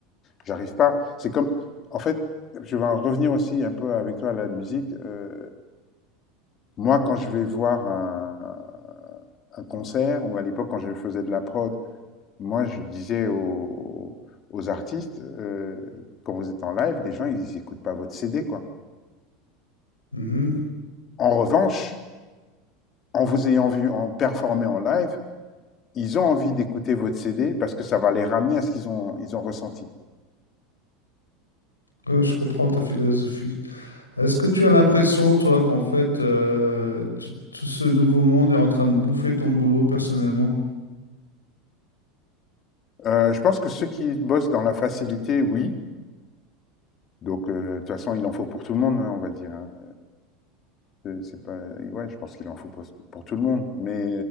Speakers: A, on the left; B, on the left.
A: j'arrive pas. C'est comme, en fait, je vais en revenir aussi un peu avec toi à la musique. Euh, moi, quand je vais voir un, un concert, ou à l'époque quand je faisais de la prod, moi, je disais aux, aux artistes, euh, quand vous êtes en live, les gens, ils n'écoutent pas votre CD, quoi.
B: Mhm.
A: En revanche, en vous ayant vu en performer en live, ils ont envie d'écouter votre CD parce que ça va les ramener à ce qu'ils ont, ils ont ressenti.
B: Ouais, Je comprends ta philosophie. Est-ce que tu as l'impression, toi, qu'en fait, euh, tout tout ce nouveau monde est en train de bouffer ton boulot personnellement?
A: Euh, je pense que ceux qui bossent dans la facilité, oui. Donc, euh, de toute façon, il en faut pour tout le monde, hein, on va dire. hein. Euh, C'est pas, ouais, je pense qu'il en faut pour, pour tout le monde. Mais